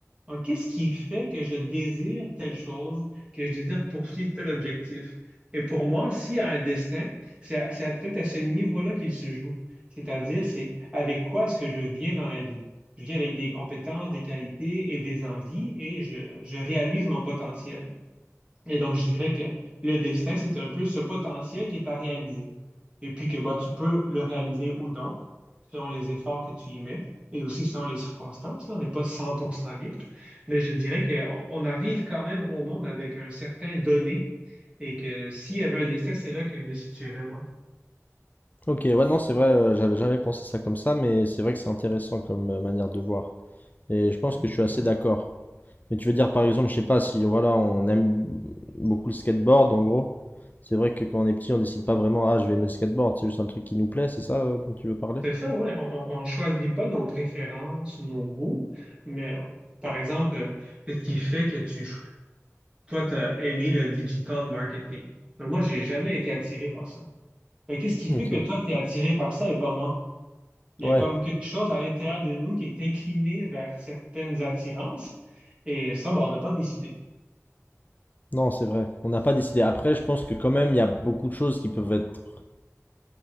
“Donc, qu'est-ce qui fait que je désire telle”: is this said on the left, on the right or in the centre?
Right